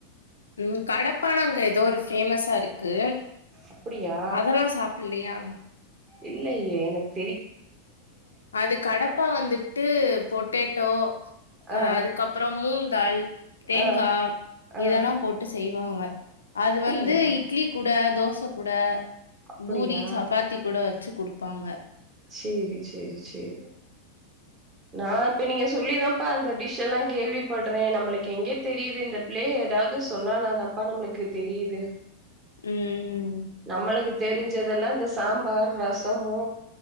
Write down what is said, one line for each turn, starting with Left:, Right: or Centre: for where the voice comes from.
Left: உம் கடப்பானம் அங்க ஏதோ ஒரு ஃபேமஸ்சா இருக்கு
Right: அப்டியா
Left: அதெல்லா சாப்பிடலையா?
Right: இல்லயே எனக்
Left: அது கடப்பா வந்துட்டு பொட்டேட்டோ
Right: ஆ
Left: அ அதுக்கப்புறமுந்தாள் தேங்கா
Right: ஆ ஆ
Left: இதெல்லாம் போட்டு செய்வாங்க அது
Right: அப்டியா
Left: வந்து இட் இட்லி கூட தோசை கூட
Right: அப்டியா
Left: பூரி சப்பாத்தி கூட வச்சு குடுப்பாங்க
Right: சேரி சேரி சேரி நா இப்ப நீங்க சொல்லிதான்ப்பா அந்த டிஷ்சு எல்லாம் கேள்வி பட்றே நம்மளுக்கு எங்கே தெரியுது இந்த பிள்ளேக ஏதாவது சொன்னானா தா ப்பா நம்மளுக்கு தெரியுது
Left: உம்
Right: நம்மளுக்கு தெரிஞ்சதுல்லா இந்த சாம்பார் ரசமு